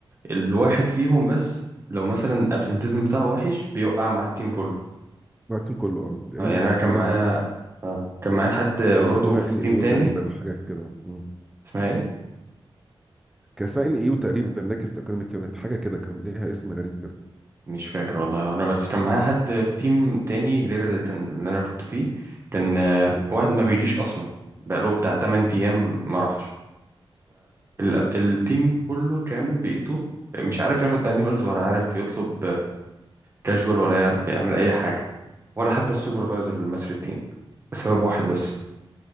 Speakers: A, on the right; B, in the centre.
A: الواحد فيهم بس لو مثلا الابسنتيزم بتاعه وحش بيوقع مع التيم كله
B: مارتن كله اه ان
A: آه، يعني انا كان معايا
B: ان
A: آه، كان معايا حد
B: بيسموها
A: برضه في
B: ان ايو
A: تيم تاني
B: تقريبا او حاجه كده مم.
A: اسمها ايه
B: كان اسمها ان ايو تقريبا نكست ايكونوميك يونت حاجه كده كان ليها اسم غريب كده
A: مش فاكر والله انا بس كان معايا حد في تيم تاني غير اللي كان اللي انا كنت فيه كان آه،
B: مم.
A: واحد ما بيجيش اصلا بقاله بتاع 8 ايام ما راحش فالتيم كله كامل بقيته مش عارف ياخد انيوالز ولا عارف يطلب كاجوال ولا يعرف يعمل اي حاجه ولا حتى السوبرفايزر المصري التيم بسبب واحد بس